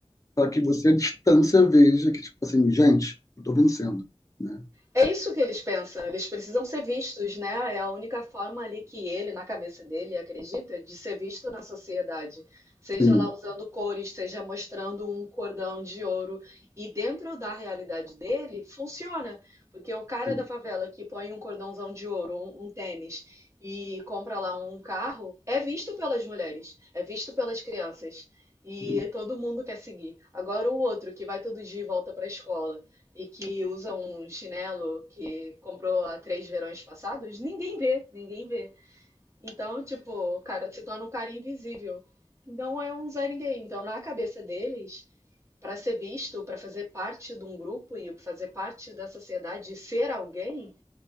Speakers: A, on the left; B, on the right.
A: para que você à distância veja que, tipo assim, gente, eu tô vencendo, né?
B: É isso que eles pensam, eles precisam ser vistos, né? É a única forma ali que ele, na cabeça dele, acredita, de ser visto na sociedade. Seja
A: Sim,
B: lá usando cores, seja mostrando um cordão de ouro. E dentro da realidade dele, funciona. Porque o cara
A: sim,
B: da favela que põe um cordãozão de ouro, um, um tênis, e compra lá um carro, é visto pelas mulheres, é visto pelas crianças. E
A: sim.
B: todo mundo quer seguir. Agora o outro que vai todo dia e volta para a escola e que usa um chinelo que comprou há três verões passados, ninguém vê, ninguém vê. Então, tipo, o cara se torna um cara invisível. Não é um Zé Ninguém. Então, na cabeça deles, para ser visto, para fazer parte de um grupo e fazer parte da sociedade, e ser alguém,